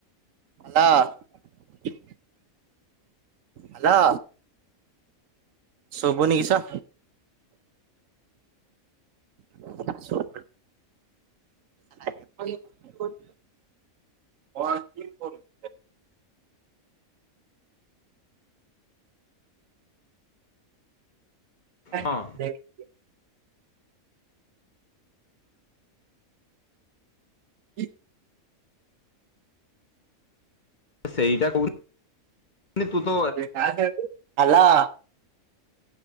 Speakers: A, on the right; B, on the left.
A: Hello hello. ଶୁଭୁନି କିସ? <inaudible> <unintelligible> <unintelligible> <unintelligible>
B: ହଁ
A: <unintelligible>
B: ସେଇଟା କହୁନି ତୁତ
A: ହାଲୋ।